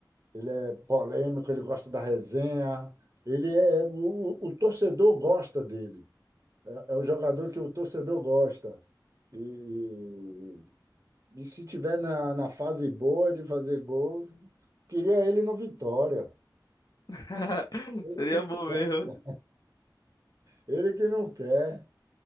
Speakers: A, on the right (about 45°); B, on the left (about 55°).
A: ele é polêmico, ele gosta da resenha. Ele é. O, o torcedor gosta dele. É, é um jogador que o torcedor gosta. E, E se tiver na, na fase boa de fazer gols, queria ele no Vitória.
B: <laughs>
A: Ele
B: Seria
A: que não
B: bom
A: quer.
B: mesmo.
A: Ele que não quer.